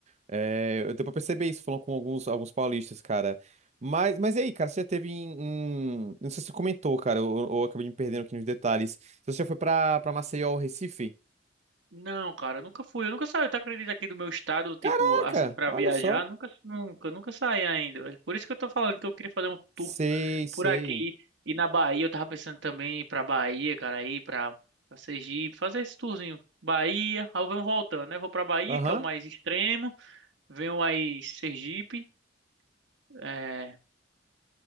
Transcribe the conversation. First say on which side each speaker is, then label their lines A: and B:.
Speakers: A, on the right; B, on the right.
A: É, eu deu pra perceber isso falando com alguns, alguns paulistas, cara. Mas, mas e aí, cara, você já teve em, em- Não sei se você comentou, cara, ou, ou eu acabei me perdendo aqui nos detalhes. Você já foi pra, pra Maceió ou Recife?
B: Não, cara, eu nunca fui. Eu nunca saí, tu acredita aqui do meu estado, tipo,
A: Caraca,
B: assim, pra
A: olha
B: viajar?
A: só.
B: Nunca, nunca, nunca saí ainda, velho. Por isso que eu tô falando que eu queria fazer um
A: Sei,
B: tour
A: sei.
B: por aqui. E na Bahia, eu tava pensando também em ir pra Bahia, cara, aí pra, pra Sergipe, fazer esse tourzinho. Bahia, aí eu venho voltando, né? Vou pra Bahia,
A: Aham.
B: que é o mais extremo. Venho aí Sergipe, é...